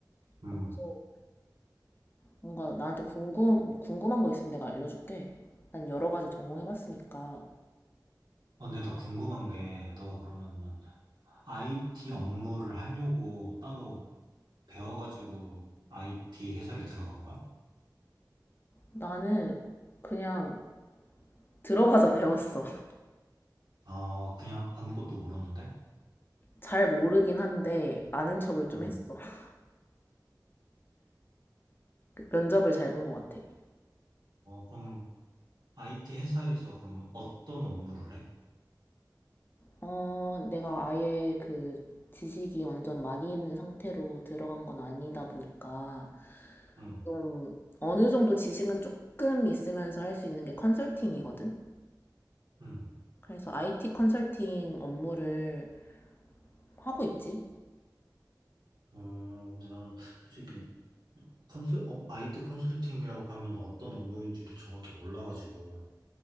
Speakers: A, on the right; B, on the left.
A: 음.
B: 그래서 뭔가 나한테 궁금 궁금한 거 있으면 내가 알려줄게. 난 여러 가지 전공해봤으니까
A: 어, 근데 나 궁금한 게, 너 그러면은 IT 업무를 하려고 따로 배워가지고 IT 회사를 들어간 거야?
B: 나는 그냥 들어가서 배웠어. <laughs>
A: 아, 그냥 아무것도 모르는데?
B: 잘 모르긴 한데 아는 척을 좀
A: 음.
B: 했어. <laughs> 면접을 잘 본 것 같아.
A: 어, 그럼 IT 회사에서 그럼 어떤 업무를 해?
B: 어, 내가 아예 그 지식이 완전 많이 있는 상태로 들어간 건 아니다 보니까
A: 음,
B: 좀 어느 정도 지식은 조금 있으면서 할 수 있는 게 컨설팅이거든.
A: 음.
B: 그래서 IT 컨설팅 업무를 하고 있지.
A: 어, 근데 나는 솔직히 컨설, 어, IT 컨설팅이라고 하면 어떤 업무인지를 정확히 몰라가지고,